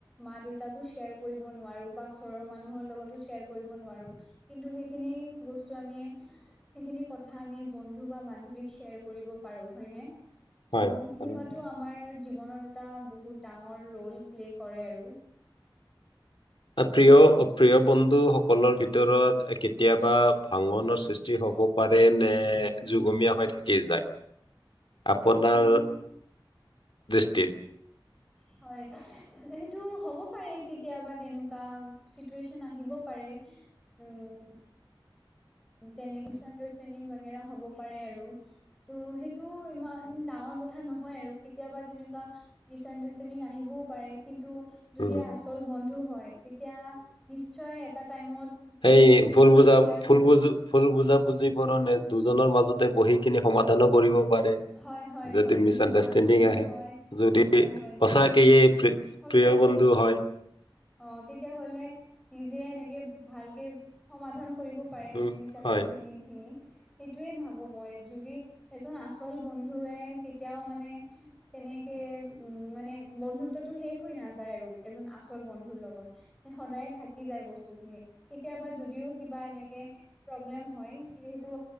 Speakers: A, in the centre; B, on the left.
A: মা দেউতাকো শ্বেয়াৰ কৰিব নোৱাৰো বা ঘৰৰ মানুহৰ লগতো শ্বেয়াৰ কৰিব কিন্তু সেইখিনি বস্তু আমি সেইখিনি কথা আমি বন্ধু বা বান্ধীক শ্বেয়াৰ কৰিব পাৰো হয়নে। ত
B: হয়,
A: সিহঁতো
B: আৰু
A: আমাৰ। জীৱনত এটা বহুত ডাঙৰ ৰল প্লে কৰে আৰু।
B: প্ৰিয় প্ৰিয় বন্ধু। ককলৰ ভিতৰত কেতিয়াবা ভাঙনৰ সৃষ্টি হ'ব পাৰে নে যুগমীয়া হৈ থাকি যায় আপোনাৰ
A: উম
B: দৃষ্টিত।
A: হয় সেইটো হ'ব পাৰে কেতিয়াবা তেনেকুৱা চিটুৱে্যন আহিব পাৰে উম। যেনে মিছ আণ্ডাৰষ্টেণ্ডিং বাগে হ'ব পাৰে আৰু ত' সেইটো ইমান ডাঙৰ কথা নহয় আৰু কেতিয়াবা তেনেকুৱা মিছ আণ্ডাৰষ্টেণ্ডিং আহিবও পাৰে কিন্তু যদি
B: উম,
A: আচল বন্ধু হয়। এতিয়া নিশ্চয় এটা টাইমত
B: এইেই
A: বস্তুখিনি
B: ফুলবূজা
A: ক্লিয়াৰ
B: ফুলবোজ
A: হয়।
B: ফুল বুজাবুজি কৰ নে দুজনৰ মাজতে বহিকিনে সমাধান ও কৰিব পাৰে
A: হয় হয়
B: যদি
A: হয়
B: মিচআনণ্ডাৰষ্ঠেনিং
A: ভাল বন্ধু
B: আহে
A: হয়
B: যদি
A: হয়
B: সঁচাকে
A: হয় যদি
B: প্ৰিয়
A: সঁচাকে
B: বন্ধু
A: অ
B: হয়।
A: অ তেতিয়াহলে নিজে এনেকে ভালকে সমাধান কৰিব পাৰে
B: উম,
A: মিছ আণ্ডাৰষ্টেণ্ডিংখিনি।
B: হয়
A: সেইটোয়ে ভাবো। ভ মই যদি এজন আচল বন্ধুৱে কেতিয়াও মানে তেনেকে উ মানে বন্ধুত্বটো শেষ হৈ নাযায় আৰু এজন আচল বন্ধুৰ লগত সদায়ে থাকি যায় বস্তু খিনি কেতিয়াবা যদিও কিবা এনেকে প্ৰব্লেম হয় সেইটো